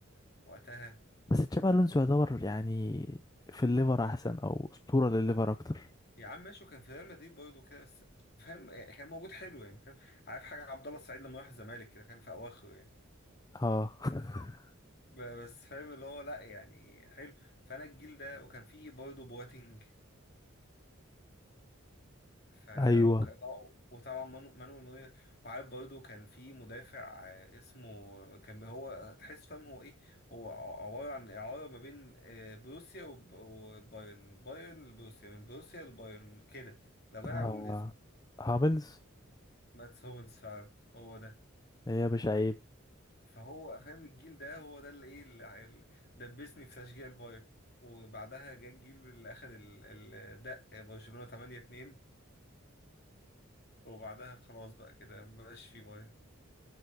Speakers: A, on the left; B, on the left.
A: وقتها
B: بس تشابي الونسو يعتبر يعني في الليفر احسن او اسطورة للليفر اكتر
A: يا عم ماشي وكان في ريال مدريد برضه كده بس فاهم يعني كان موجود حلو يعني فاهم عارف حاجه عبد الله السعيد لما راح الزمالك كده فاهم في اواخره يعني
B: اه <laughs>
A: ب- بس فاهم اللي هو لا يعني حلو فانا الجيل ده وكان فيه برضه بواتينج ف
B: ايوه
A: وك- وطبعا مانو مانويل نوير وعارف برضه كان في مدافع آه، اسمه كان هو تحس فاهم هو ايه هو ع- عباره عن اعاره ما بين آه، بروسيا وب- والبايرن بايرن لبروسيا من بروسيا لبايرن كده لو جدع
B: آه.
A: اقول اسمه
B: هاملز
A: ماتس هوملز فعلا هو ده
B: هي يا باشا عيب
A: فهو فاهم الجيل ده هو ده اللي ايه اللي اللي دبسني في تشجيع البايرن وبعدها جه الجيل اللي اخد ال- الدق برشلونة 8 2 وبعدها خلاص بقى كده مبقاش فيه بايرن